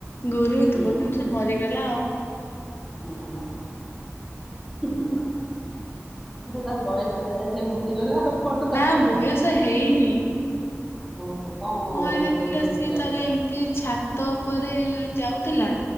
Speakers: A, on the left; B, in the centre.
A: ଗୋରୁଥିବ
B: ହୁଁ
A: କିନ୍ତୁ ସେ ମରିଗଲା ଆଉ।
B: ହୁଁ। ଏ ତ ବୟସ ହେଲା ସି ମରିଗଲା ଆଉ। କଣ ତାକୁ
A: ନା ବୟସ ହେଇନି।
B: ଓହୋ କଣ।
A: କଣ ହେଲା
B: ରୋଗ
A: କହିଲ
B: ଫୋଗ ହେଇଥିଲା
A: ସିଏ ଥରେ
B: ନା?
A: ଏମିତି ଛା। ତ ପରେ ଯାଉଥିଲା